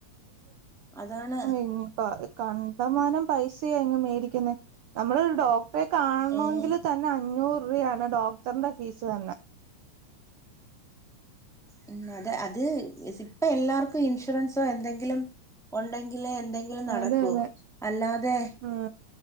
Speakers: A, in the centre; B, on the right.
A: അതാണ്
B: ഉം <unintelligible> കണ്ടമാനം പൈസയ അങ്ങ് മേടിക്കുന്നത് നമ്മൾ ഒരു ഡോക്ടറെ കാണണമെങ്കിൽ
A: ഏഹ്
B: തന്നെ അഞ്ഞൂറ് രൂപയാണ് ഡോക്ടറിന്റെ ഫീസ് തന്നെ
A: ഉ അതെ അത് ഇപ്പ എല്ലാർക്കും ഇൻഷുറൻസോ എന്തെങ്കിലും ഉണ്ടെങ്കില് എന്തെങ്കിലും നടക്കൂ
B: അതെ അതെ
A: അല്ലാതെ
B: ഉം